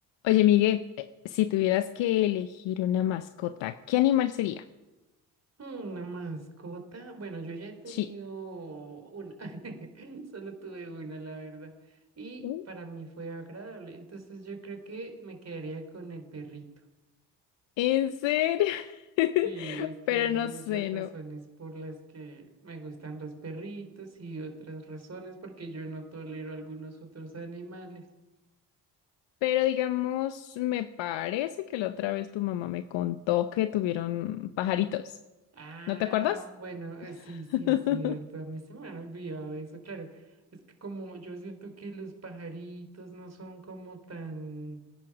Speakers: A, on the left (about 70°); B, on the right (about 35°).
A: Oye, Miguel, eh, si tuvieras que elegir una mascota, ¿qué animal sería?
B: Hmm, Una mascota. Bueno, yo ya he tenido
A: Sí.
B: una. <laughs> Solo tuve una, la verdad. Y
A: ¿Mm?
B: para mí fue agradable. Entonces yo creo que me quedaría con el perrito.
A: ¿En serio? <laughs>
B: sí es que
A: Pero no
B: hay muchas
A: sé,
B: razones
A: no.
B: por las que me gustan los perritos y otras razones porque yo no tolero algunos otros animales.
A: Pero digamos, me parece que la otra vez tu mamá me contó que tuvieron pajaritos.
B: Ah,
A: ¿No te acuerdas?
B: bueno, eh, sí, sí,
A: <laughs>
B: es cierto. A mí se me ha olvidado eso, claro. Es que como yo siento que los pajaritos no son como tan